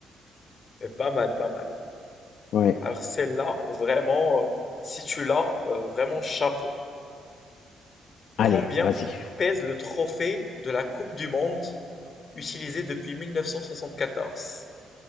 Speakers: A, on the left (about 45°); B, on the left (about 70°).
A: Mais pas mal, pas mal.
B: Ouais.
A: Alors celle-là, vraiment, euh, si tu l'as, euh, vraiment chapeau.
B: Allez,
A: Combien
B: vas-y.
A: pèse le trophée de la Coupe du Monde utilisé depuis 1974?